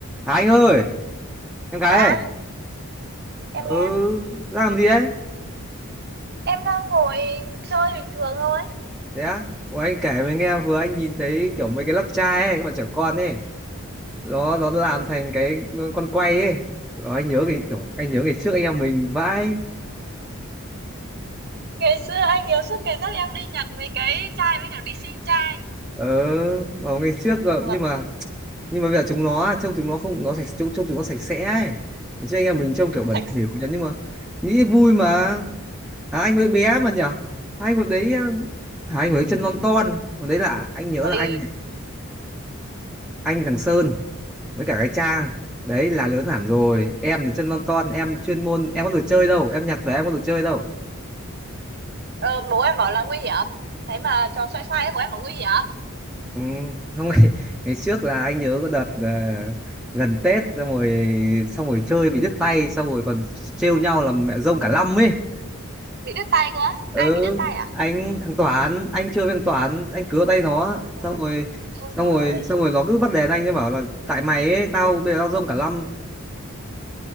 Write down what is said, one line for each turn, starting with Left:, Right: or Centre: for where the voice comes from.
Centre: À anh ơi, em gái
Right: Dạ,
Centre: ơi.
Right: em
Centre: Ừ,
Right: nghe.
Centre: đang làm gì ấy?
Right: Em đang ngồi chơi bình thường thôi.
Centre: Thế á? Ủa anh kể mới nghe vừa anh nhìn thấy kiểu mấy cái lắp chai ấy, các bạn trẻ con ấy. Nó nó làm thành cái con quay ấy. rồi anh nhớ cái kiểu anh nhớ ngày trước anh em mình vãi.
Right: Ngày xưa anh nhiều suốt ngày dắt em đi nhặt mấy cái chai với cả đi xin chai.
Centre: Ờ, vào ngày trước rồi,
Right: Vâng.
Centre: nhưng mà nhưng mà bây giờ chúng nó trông chúng nó không nó sạch trông, trông chúng nó sạch sẽ ấy. Ngày trước anh em mình trông kiểu bẩn
Right: Sạch
Centre: thỉu nhỉ, nhưng mà nghĩ vui mà. Hả anh hồi bé mà nhở? anh hồi đấy hả anh hồi đấy chân non ton. Hồi đấy là anh nhớ
Right: Rồi
Centre: là anh anh thằng Sơn với cả cái trang đấy là lớn hẳn rồi em thì chân lon ton em chuyên môn em có được chơi đâu em nhặt về em có được chơi đâu
Right: ờ, bố em bảo là nguy hiểm. Thế mà trò xoay xoay ấy, bố em bảo nguy hiểm.
Centre: ừ. không ngày, <laughs> ngày trước là anh nhớ có đợt ờ, gần Tết xong rồi xong rồi chơi bị đứt tay xong rồi còn trêu nhau là mẹ rông cả năm ấy
Right: Bị đứt tay cơ. á.
Centre: ừ
Right: Ai bị đứt tay à?
Centre: anh thằng Toán anh chơi với thằng Toán anh cứa tay nó
Right: Ôi rồi
Centre: xong rồi
Right: ôi
Centre: xong
Right: rồi
Centre: rồi
Right: ôi. <laughs>
Centre: xong rồi nó cứ bắt đèn anh ấy bảo là tại mày ấy tao bây giờ tao rông cả năm